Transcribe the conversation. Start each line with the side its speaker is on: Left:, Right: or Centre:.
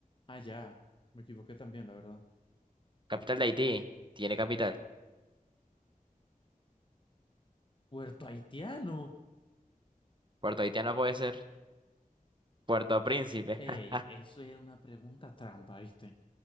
Left: Ah, ya. Me equivoqué también, la verdad.
Right: Capital de Haití. Tiene capital.
Left: Puerto Haitiano.
Right: Puerto Haitiano puede ser. Puerto Príncipe.
Left: Ey,
Right: <laughs>
Left: eso era una pregunta trampa, ¿viste?